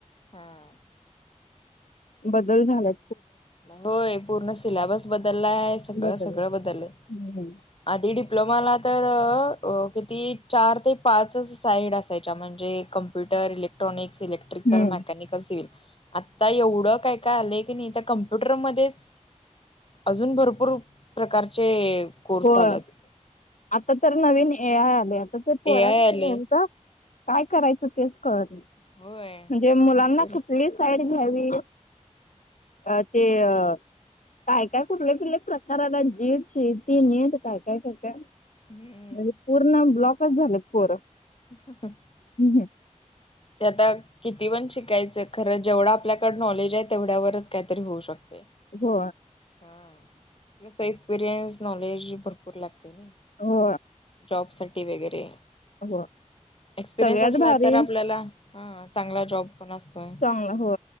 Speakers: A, on the left (about 45°); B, on the left (about 80°).
A: हा
B: बदल झालाय.
A: होय पूर्ण सिलेबस बदलला आहे, सगळं
B: बदल
A: सगळं बदललंय.
B: हम्म.
A: आधी डिप्लोमाला तर किती चार ते पाचच साईड असायच्या म्हणजे कं- इ्रिक, इलेक्ट्रिकल,
B: हम्म
A: मकनिकल, सिव्हिल आता एवढं काय काय आलं की, कम्प्युटरमध्ये अजून भरपूर प्रकारचे, कोर्स
B: होय
A: आलेत
B: आता तर नवीन ए आय आला ते
A: ए
B: पोरास्नी
A: आय आले
B: नेमका- काय करायचं तेच कळत नाही,
A: होय
B: म्हणजे मुलांना
A: भरपूर
B: कुठं - कुटली साईड घ्यावी. अ ते अ काय काय कुठले कुठले प्रकारला जी- ती नेट काय काय काय काय म्हणजे
A: हम्म.
B: पूर्ण ब्लॉकच झालं पोरं-
A: ह ह
B: हम् हम
A: त्या आता, किती पण शिकायचं, खरं जेवढं आपल्याकड नॉलेज आहे तेवढ्यावरच काहीतरी होऊ शकते.
B: हो
A: हा एक्सपिरियन्स नॉलेज भरपूर लागते ना-
B: हो
A: जॉब साठी वगैरे,
B: होय
A: एक्सपिरियनस
B: सगळ्यात
A: असला
B: भारी
A: तर- त्याला चांगला जॉब पण असतोय.
B: चांगला हो